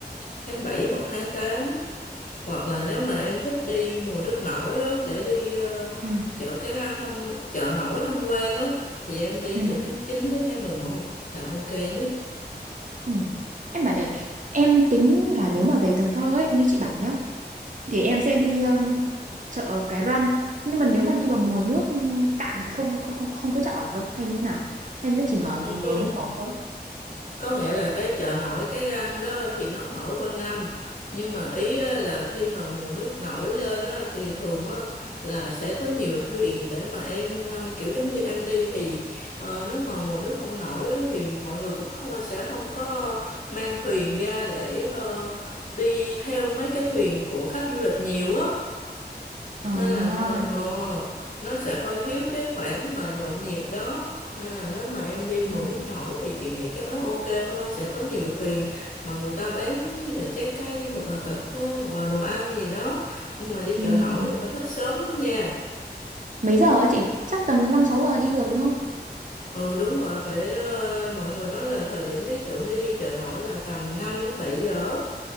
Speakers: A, on the left; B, on the right.
A: tháng 7 hoặc tháng 8. Hoặc là nếu mà em thích đi mùa nước nổi á, để đi ờ,
B: ừ,
A: chợ Cái Răng thăm chợ nổi tham quan á thì em đi
B: ừ,
A: từ tháng 9 đến tháng 11 là ok nhất.
B: ừ. Em bảo này, em tính là nếu mà về Cần Thơ ấy, như chị bảo nhá, thì em sẽ đi um, chợ Cái Răng. Nhưng mà nếu mà đi vào mùa nước cạn thì không không không không có chợ ở cơ, hay như thế nào? Hay nó chỉ mở
A: Còn có
B: mùa nước nổi thôi?
A: có nghĩa là cái chợ nổi cái răng đó thì nó mở quanh năm nhưng mà ý á là khi mà mùa nước nổi lên á, thì thường á, là sẽ có nhiều thuyền để mà em à, kiểu giống như em đi thì ờ, nếu mà mùa nước không nổi á, thì mọi người cũng không sẽ không có mang thuyền ra để ờ, đi theo mấy cái thuyền của khách du lịch nhiều á
B: À,
A: nên là nè, ờ
B: đúng
A: nó sẽ hơi thiếu cái khoảng mà nhộn nhịp đó nên là nếu mà em đi mùa
B: rồi.
A: nước nổi thì chị nghĩ chắc nó ok hơn sẽ có nhiều thuyền mà người ta bán giống như là trái cây hoặc là cà phê hoặc là đồ ăn gì đó nhưng mà đi
B: ừ.
A: chợ nổi thì phải thức sớm lắm nha
B: mấy giờ á chị? Chắc tầm năm sáu giờ đi được đúng không?
A: ừ đúng rồi phải ờ, mọi người nói là thời điểm lý tưởng để đi chợ nổi là tầm 5 đến 7 giờ